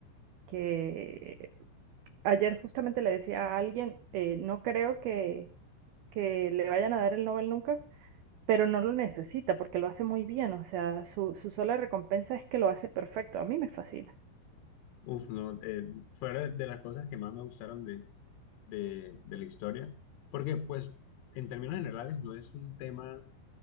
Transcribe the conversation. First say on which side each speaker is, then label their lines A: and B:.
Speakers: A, on the right; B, on the left.
A: que ayer justamente le decía a alguien, eh, no creo que, que le vayan a dar el Nobel nunca, pero no lo necesita porque lo hace muy bien. O sea, su, su sola recompensa es que lo hace perfecto. A mí me fascina.
B: Uf, no, eh, fuera de las cosas que más me gustaron de, de, de la historia, porque pues en términos generales no es un tema